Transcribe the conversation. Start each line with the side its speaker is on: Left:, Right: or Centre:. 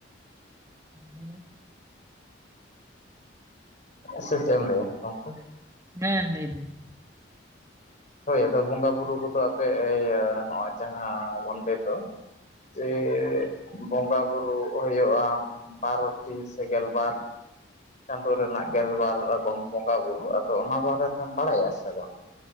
Right: ᱦᱮᱸ
Left: ᱥᱮ ᱪᱮᱫ ᱮᱢ ᱞᱟᱹᱭ ᱟ ᱜᱚᱝᱠᱮ
Right: ᱦᱮᱸ ᱞᱟᱹᱭ ᱵᱤᱱ
Left: ᱦᱳᱭ ᱟᱫᱚ ᱵᱚᱸᱜᱟ ᱵᱩᱨᱩ ᱠᱚ ᱫᱚ ᱟᱯᱮ ᱤᱭᱟᱹ ᱱᱚᱜᱚᱭ ᱡᱟᱦᱟᱸ ᱵᱚᱱᱰᱮ ᱫᱚ ᱪᱮᱜ ᱵᱚᱸᱜᱟ ᱵᱩᱨᱩ ᱦᱩᱭᱩᱜ-ᱟ ᱵᱟᱨᱚᱴᱤ ᱥᱮ ᱜᱮᱞ ᱵᱟᱨ ᱪᱟᱸᱫᱳ ᱨᱮᱱᱟᱜ ᱜᱮᱞ ᱵᱟᱨ ᱨᱚᱠᱚᱢ ᱵᱚᱸᱜᱟ ᱵᱩᱨᱩ ᱟᱫᱚ ᱚᱱᱟ ᱵᱟᱨᱮᱛᱮᱢ ᱵᱟᱲᱟᱭᱟ ᱥᱮ ᱵᱟᱝ